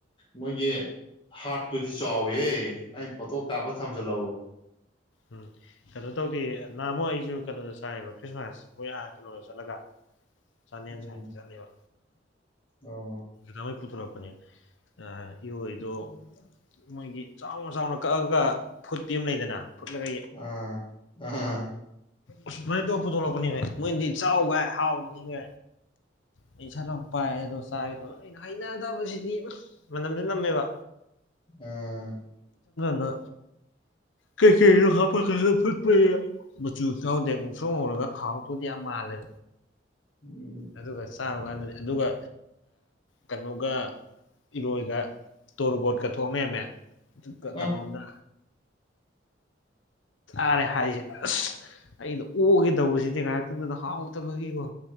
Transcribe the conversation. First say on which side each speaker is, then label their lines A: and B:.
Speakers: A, on the left; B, on the left.
A: ꯃꯣꯏꯒꯤ ꯍꯥꯔꯠꯇꯨꯗꯤ ꯆꯥꯎꯋꯦ ꯑꯩꯅ ꯐꯣꯇꯣ ꯀꯥꯞꯄ ꯊꯝꯖꯤꯜꯂꯛꯎꯅꯦ
B: ꯎꯝ ꯀꯩꯅꯣ ꯇꯧꯒ ꯅꯅꯥꯃꯣ ꯑꯩꯁꯨ ꯀꯩꯅꯣꯗ ꯆꯥꯏꯕ ꯈ꯭ꯔꯤꯁꯃꯥꯁ ꯃꯣꯏ ꯑ ꯀꯩꯅꯣꯗ ꯆꯠꯂꯒ ꯆꯥꯟꯗꯦꯜ
A: ꯎꯝ
B: ꯁꯥꯏꯠꯇ ꯆꯠꯂꯦꯕ
A: ꯑꯣ
B: ꯗꯥꯃꯩ ꯄꯨꯊꯣꯔꯛꯄ ꯅꯦ ꯑ ꯏꯍꯗꯣ ꯃꯣꯏꯒꯤ ꯆꯥꯎꯅ ꯆꯥꯎꯅ ꯀꯛꯑꯒ ꯐꯨꯠꯇꯤ ꯑꯃ ꯂꯩꯗꯅ ꯐꯨꯠꯂꯒ
A: ꯎꯝ ꯎꯝ
B: ꯑ ꯃꯩ ꯇꯣ ꯄꯨꯊꯂꯛꯄꯅꯦꯅꯦ ꯃꯣꯏꯗꯤ ꯆꯥꯎꯒꯥꯏ ꯍꯥꯎꯕꯗꯤꯒꯥꯏ ꯑꯩ ꯏꯁꯠ ꯂ ꯄꯥꯏ ꯑꯗꯣ ꯆꯥꯒꯗ ꯑꯩꯅ ꯍꯩꯅꯗꯕꯁꯤꯗꯤ ꯃꯅꯝꯁꯨ ꯅꯝꯃꯦꯕ
A: ꯎꯝ
B: ꯑꯗꯨ ꯀꯩꯀꯩꯗꯣ ꯍꯥꯞꯄ ꯐꯨꯠꯄ ꯃꯆꯨꯗꯦ ꯁꯣꯡꯍꯧꯔꯒ ꯍꯥꯎꯇꯣꯗꯤ ꯌꯥꯝ ꯃꯥꯟꯦ ꯇꯥꯂꯦ
A: ꯎꯝ
B: ꯑꯗꯨꯒ ꯆꯥꯔꯨꯀꯥꯟꯗꯅꯤ ꯑꯗꯨꯒ ꯀꯩꯅꯣꯒ ꯏꯔꯣꯏꯒ ꯇꯣꯔꯣꯕꯣꯠꯀ ꯊꯣꯡꯅꯩꯃꯦ
A: ꯑꯥ
B: ꯀꯩꯅꯣꯝꯅ ꯑꯔꯦ ꯍꯥꯏ ꯑꯩꯅ ꯑꯣꯛꯒꯦ ꯇꯧꯕꯁꯤꯗꯤ ꯉꯥꯏꯍꯥꯛꯇꯗꯗ ꯍꯥꯎꯇꯕꯒꯤꯀꯣ